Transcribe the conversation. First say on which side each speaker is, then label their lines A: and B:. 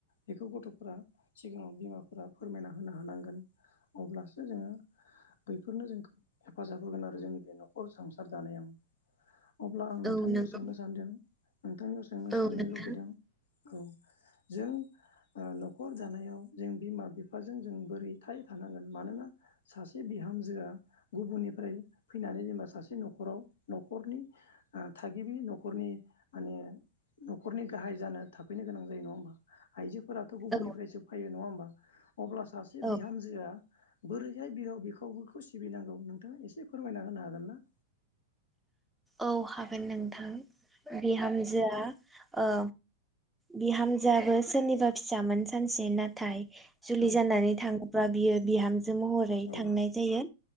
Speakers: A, on the left; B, in the centre.
A: बेखौ गथ'फोरा सिगाङाव बिमाफोरा फोरमायना होनो हानांगोन। अब्लासो जोङो बैफोरनो जोंखौ हेफाजाब होगोन आरो जोंनि बे न'खर सं सार दानायाव अब्ला आं नोंथांनियाव
B: औ नंगौ
A: सोंनो सानदों नोंथांनियाव सोंनो
B: औ
A: साननो
B: नोंथां
A: लुबैदों औ जों ओ न'खर दानायाव जों बिमा बिफाजों जों बोरै थाय थानांगोन मानोना सासे बिहामजोआ गुबुननिफ्राय फैनानै जेनेबा सासे न'खराव न'खरनि थागिबि न'खरनि माने न'खरनि गाहाय जानो थाफैनो गोनां जायो नङा होमबा आइजोफोराथ' गुबुननिफ्रायसो
B: औ
A: फैयो नङा होमबा अब्ला सासे
B: औ
A: बिहामजोआ बोरैहाय बिहाव बिखावगोखौ सिबिनांगौ नोंथाङा एसे फोरमायना होनो हागोन ना?
B: औ हागोन नोंथां बिहामजोआ ओ बिहामजोआबो सोरनिबा फिसामोन सानसे नाथाय जुलि
A: औ
B: जानानै थाङोबा बियो बिहामजो महरै
A: औ
B: थांनाय जायो